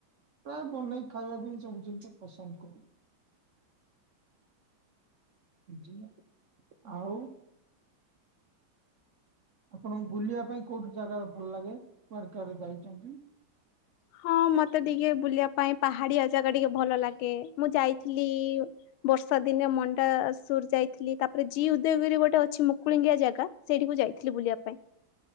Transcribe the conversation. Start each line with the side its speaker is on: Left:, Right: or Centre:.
Right: ପ୍ରାୟ ବନେଇକ ଖାଇବାକୁ ହିଁ ସବୁ ଜିନିଷ ପସନ୍ଦ କରୁ ଝ ଆଉ ଆପଣଙ୍କୁ ବୁଲିବା ପାଇଁ କୋଉଠି ଜାଗା ଭଲ ଲାଗେ କୁଆଡେ କୁଆଡେ ଯାଇଛନ୍ତି
Left: ହଁ ମତେ ଟିକେ ବୁଲିବା ପାଇଁ ପାହାଡିଆ ଜାଗା ଟିକେ ଭଲ ଲାଗେ ମୁଁ ଯାଇଥିଲି ବର୍ଷା ଦିନେରେ ମଣ୍ଡା ସୁର ଯାଇଥିଲି ତାପରେ ଜି ଉଦୟଗିରି ଗୋଟେ ଅଛି ମୁକୁଳିଙ୍ଗିଆ ଜାଗା ସେଇଠିକୁ ଯାଇଥିଲି ବୁଲିବା ପାଇଁ